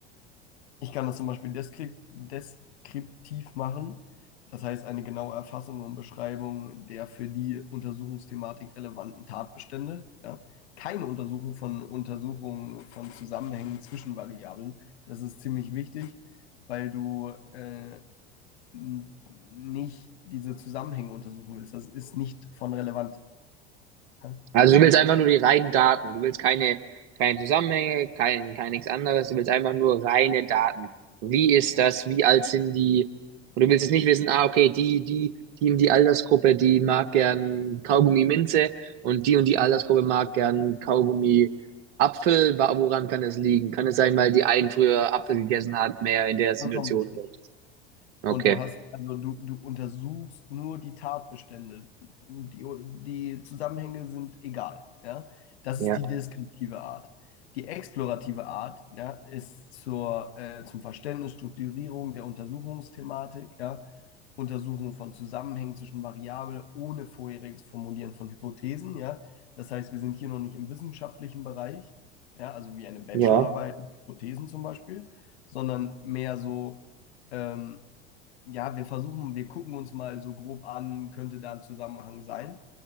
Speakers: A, on the left; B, on the right.
A: Ich kann das zum Beispiel deskri- deskriptiv machen, das heißt eine genaue Erfassung und Beschreibung der für die Untersuchungsthematik relevanten Tatbestände. Ja. Keine Untersuchung von Untersuchungen von Zusammenhängen zwischen Variablen. Das ist ziemlich wichtig, weil du äh, n- nicht diese Zusammenhänge untersuchen willst. Das ist nicht von relevant. Ja.
B: Also du willst
A: Also
B: einfach nur die reinen Daten. Du willst keine, keine Zusammenhänge, kein, kein nichts anderes. Du willst einfach nur reine Daten. Wie ist
A: ja,
B: das? Wie alt sind die? Und du willst jetzt nicht wissen, ah, okay, die, die, die in die Altersgruppe, die mag gern Kaugummi Minze und die und die Altersgruppe mag gern Kaugummi Apfel. Wa- Woran kann das liegen? Kann es sein, weil die einen früher Apfel gegessen hat, mehr in der Situation
A: vollkommen richtig.
B: oder so?
A: Und
B: Okay.
A: du hast, also du, du untersuchst nur die Tatbestände. Die, die Zusammenhänge sind egal, ja. Das
B: Ja.
A: ist die deskriptive Art. Die explorative Art, ja, ist zur, äh, zum Verständnis, Strukturierung der Untersuchungsthematik, ja, Untersuchung von Zusammenhängen zwischen Variablen ohne vorheriges Formulieren von Hypothesen, ja. Das heißt, wir sind hier noch nicht im wissenschaftlichen Bereich, ja, also wie eine Bachelorarbeit
B: Ja.
A: mit Hypothesen zum Beispiel, sondern mehr so ähm, ja, wir versuchen, wir gucken uns mal so grob an, könnte da ein Zusammenhang sein.